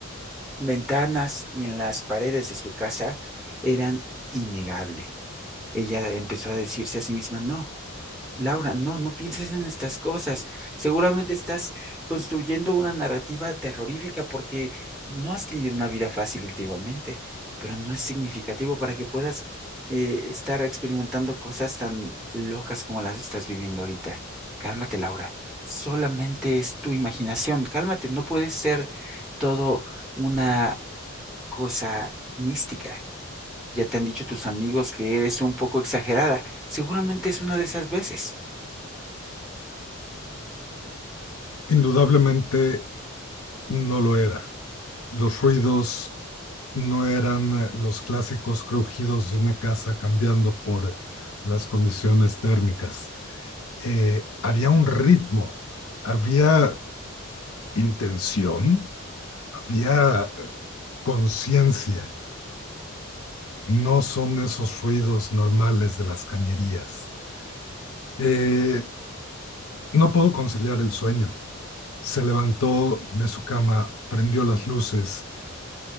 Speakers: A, in the centre; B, on the left.
A: ventanas y en las paredes de su casa eran innegable. Ella empezó a decirse a sí misma, no, Laura, no, no pienses en estas cosas. Seguramente estás construyendo una narrativa terrorífica porque no has tenido una vida fácil últimamente, pero no es significativo para que puedas eh, estar experimentando cosas tan locas como las estás viviendo ahorita. Cálmate, Laura. Solamente es tu imaginación. Cálmate, no puede ser todo una cosa mística. Ya te han dicho tus amigos que eres un poco exagerada. Seguramente es una de esas veces.
B: indudablemente, no lo era. Los ruidos no eran eh, los clásicos crujidos de una casa cambiando por las condiciones térmicas. Eh, había un ritmo, había intención, había conciencia. No son esos ruidos normales de las cañerías. Eh, no pudo conciliar el sueño. Se levantó de su cama, prendió las luces